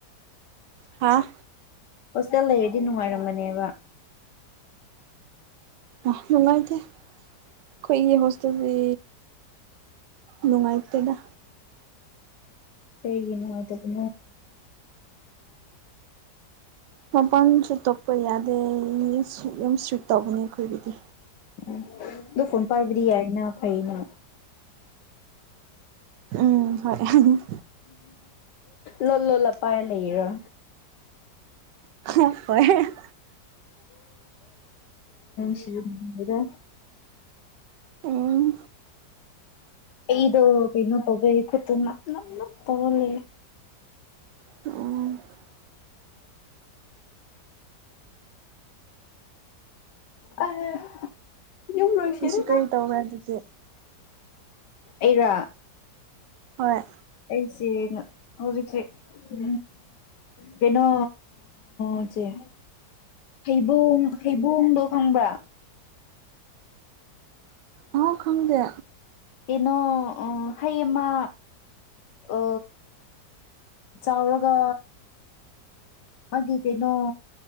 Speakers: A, on the right; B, on the left.
A: ꯍꯥꯥ
B: ꯍꯣꯁꯇꯦꯜ ꯂꯩꯔꯗꯤ ꯅꯨꯡꯉꯥꯏꯔꯝꯕꯅꯦꯕ
A: ꯑ ꯅꯨꯡꯉꯥꯏꯗꯦ ꯑꯩꯈꯣꯏꯒꯤ ꯍꯣꯁꯇꯦꯜꯁꯤ ꯅꯨꯡꯉꯥꯏꯇꯦꯗ
B: ꯍꯒꯤꯅꯣꯥꯏ ꯇ ꯀꯣ
A: ꯃꯄꯥꯟꯁꯨ ꯇꯣꯄ ꯌꯥꯗꯦ ꯌꯥꯝ ꯏꯁꯇ꯭ꯔꯤꯛ ꯇꯧꯒꯅꯤ ꯑꯩꯈꯣꯏꯒꯤꯗꯤ
B: ꯎꯝ ꯑꯗꯨꯣ ꯐꯣꯟ ꯄꯥꯏꯕꯗꯤ ꯌꯥꯏꯅ ꯐꯩꯩꯅ
A: ꯎꯝ ꯍꯣꯏ
B: ꯂ ꯂꯂ ꯄꯥꯏ ꯂꯩꯔꯣ
A: ꯍꯣꯏ
B: ꯁꯤꯗ
A: ꯎꯝ
B: ꯏꯗꯣ ꯏꯩꯅ ꯇꯦ ꯅ ꯅ ꯅ ꯇꯧꯕꯂꯦ
A: ꯑꯣ
B: ꯑꯅꯁꯔ
A: ꯉꯁꯤ ꯀꯔꯤ ꯇꯧꯕ꯭ꯔꯥ ꯑꯗꯨꯗꯤ
B: ꯑꯩꯔ
A: ꯍꯣꯏ
B: ꯑꯩꯁꯦ ꯍꯧꯖꯤꯛꯁꯦ ꯎ ꯀꯩꯅꯣ ꯎ ꯁꯤꯦ ꯍꯩꯕꯣꯡ ꯍꯩꯕꯣꯡꯗꯣ ꯈꯪꯕ꯭ꯔꯥ
A: ꯑꯥꯎ ꯈꯪꯗꯦ
B: ꯀꯩꯅꯣ ꯑ ꯍꯩꯃ ꯑ ꯆꯥꯎꯥꯎꯔꯒ ꯃꯥ ꯀꯩꯅꯣ